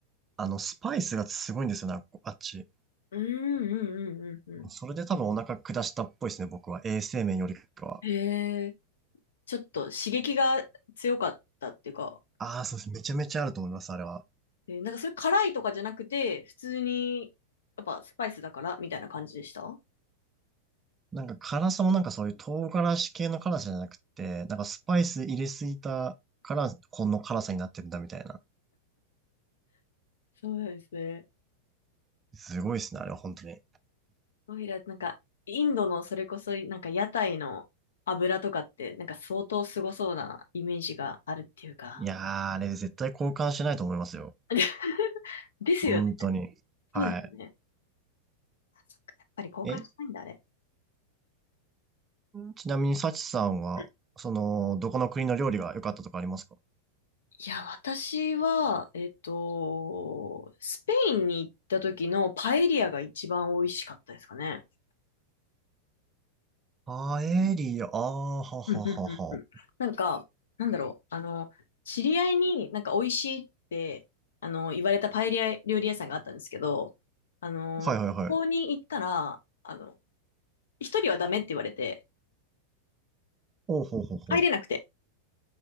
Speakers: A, on the right; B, on the left.
A: あの、スパイスがすごいんですよね、ああっち。
B: うんうんうんうんう
A: それで多分お腹下したっぽいですね、僕は。衛生面よりかは。
B: ん。へえ、ちょっと刺激が強かったっていうか、
A: ああ、そうです。めちゃめちゃあると思います、あれは。
B: えーなんかそれ辛いとかじゃなくて、普通に、やっぱスパイスだからみたいな感じでしたそ
A: なんか辛さもなんかそういう唐辛子系の辛さじゃなくて、なんかスパイス入れすぎたから、この辛さになってるんだみたいな。
B: うなんですね。
A: すごいっすね、あれは本当に。
B: オイラ、なんか、インドのそれこそ、なんか屋台の油とかって、なんか相当すごそうなイメージがあるっていうか。
A: いやー、あれ絶対交換しないと思いますよ。
B: <laughs> ですよね。
A: 本当に。は
B: そうですよね。あそっか、やっぱり公開しないんだ、
A: い。え、
B: あれ。
A: ちなみにサチさんは、
B: うん
A: その、どこの国の料理が良かったとかありますか
B: いや、私は、えっと、スペインに行った時のパエリアが一番美味しかったですかね。
A: パエリア、あー、はははは。
B: うんうんうんうんなんか、なんだろう、あの、知り合いになんか美味しいって、あの、言われたパエリア料理屋さんがあったんですけど、あの、
A: はいはいはい。
B: そこに行ったら、あの、一人はダメって言われて、
A: おうほうほうほう。
B: 入れなくて。